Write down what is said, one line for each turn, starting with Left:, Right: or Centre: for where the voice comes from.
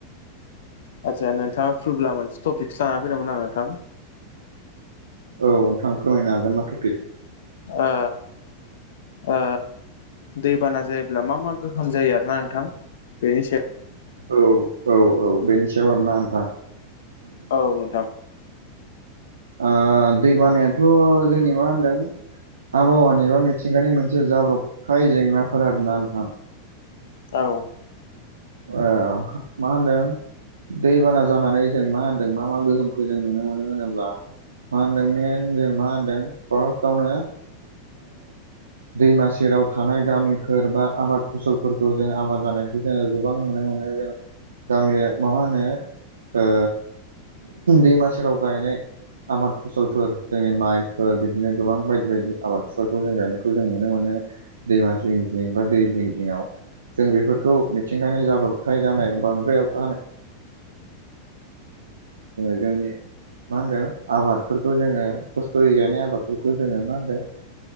Left: आचसा नोंथांङा फैब्ला मोनसे टपिकसो ला फैदोंमोन आं नोंथां।
Right: औ नोंथां फोरमायनो हागोन मा तपिक?
Left: ओ ओ दैबाना जायोब्ला मा मा गो ओंखाम जायो आरोना नोंथां बेनि सायाव
Right: औ औ औ बेनि सायाव आरोना नोंथां।
Left: औ नोंथां
Right: ओ दै बानायाथ' जोंनि मा होनदों? आबहावानि बा मिथिंगानि मोनसे जाब्रबथाय जेंनाफोर आरो ना नोंथां।
Left: औ
Right: ए मा होनदों? दैबाना जानानै जों मा होनदों मा मा गोहोमखौ जों नुनो मोनो होनोब्ला मा होनदों मेन जों मा होनदों फार्स्टआवनो दैमा सेराव थानाय गामिफोर बा आबाद फसलफोरखौ जों आबाद जानायखौ जोङो गोबां नुनो मोनो जों गामिया माबा होनो ओ दैमा सेराव गायनाय आबाद फसलफोर जोंनि माइफोर बिदिनो गोबां बायदि बायदि आबादफोरखौ जों गानायखौ जों नुनो मोनो। दैमा जिं जिं बा दै जिं जिङांव जों बेफोरखौ मिथिंगानि जाब्रबथाय जानायाव बांद्राय अखा हानाय जोंनि मा होनदों आबादफोरखौ जोंङो खस्थ'यै गायनाय आबादफोरखौ जोंङो मा होनदों?